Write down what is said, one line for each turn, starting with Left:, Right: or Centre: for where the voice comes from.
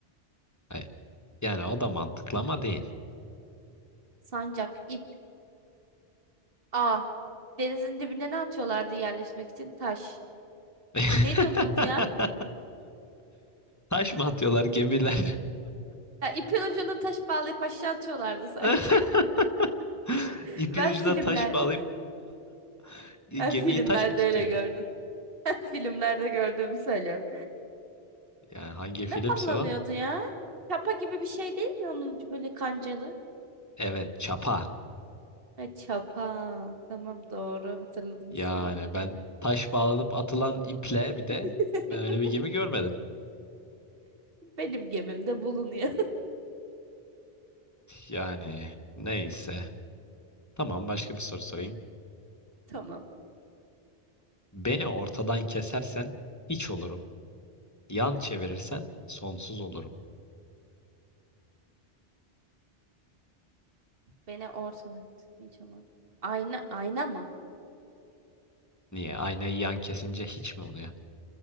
Left: E, Yani o da mantıklı ama değil.
Right: Sancak, ip, ağ. Denizin dibine ne atıyorlardı yerleşmek için? Taş.
Left: <laughs>
Right: Neydi onun adı ya?
Left: Taş mı atıyorlar gemiler?
Right: Ya ipin ucuna taş bağlayıp aşağı atıyorlardı sanki.
Left: <laughs>
Right: <laughs>
Left: İpin
Right: Ben
Left: ucuna
Right: filmlerde,
Left: taş bağlayıp <laughs>
Right: <laughs> ben
Left: gemiyi
Right: filmlerde
Left: taş mı tutuyor?
Right: öyle gördüm. <laughs> Ben Filmlerde gördüğümü söylüyorum.
Left: Yani hangi
Right: Ne
Left: filmse
Right: pallanıyordu
Left: o?
Right: ya? Çapa gibi bir şey değil mi onun ucu böyle kancalı?
Left: Evet, çapa.
Right: Ha, çapa. Tamam doğru hatırladım
Left: Yani
Right: ismini.
Left: ben taş bağlanıp atılan iple bir de
Right: <laughs>
Left: ben öyle bir gemi görmedim.
Right: Benim gemimde bulunuyor.
Left: Yani neyse. Tamam başka bir soru sorayım.
Right: <laughs> Tamam.
Left: Beni ortadan kesersen hiç olurum. Yan çevirirsen sonsuz olurum.
Right: Beni ortadan kes. Hiç olmaz. Ayna, ayna mı?
Left: Niye? Aynayı yan kesince hiç mi oluyor?